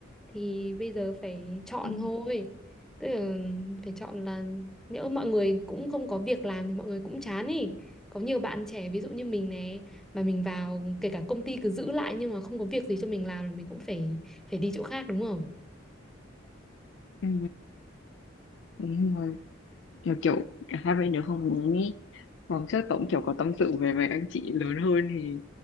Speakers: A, in the centre; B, on the left (about 65°).
A: thì bây giờ phải chọn
B: ừ,
A: thôi tức là phải chọn là nhỡ mọi người cũng không có việc làm thì mọi người cũng chán ý có nhiều bạn trẻ ví dụ như mình này mà mình vào kể cả công ty cứ giữ lại nhưng mà không có việc gì cho mình làm thì mình cũng phải phải đi chỗ khác đúng không
B: Ừ. đúng rồi mà kiểu cả hai bên đều không muốn ý Hoặc chắc tớ kiểu có tâm sự về với anh chị lớn hơn thì